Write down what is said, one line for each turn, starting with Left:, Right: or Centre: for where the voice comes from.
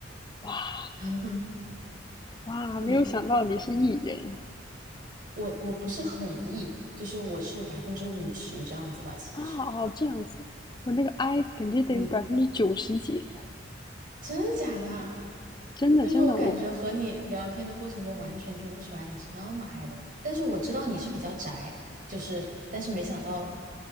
Left: 哇
Right: <laughs>
Left: 哇，
Right: 你
Left: 没有想到你是 E 人
Right: 我我不是很 E，就是我是百分之五十这样子吧，其实
Left: 啊哦，这样子，我那个 I 感觉得有百分之九十几，
Right: 你真的假的啊？
Left: 真的真的，
Right: 就是我感觉和你聊天的过程中，
Left: 我
Right: 完全听不出来你是那么爱的，但是我知道你是比较宅，就是，但是没想到，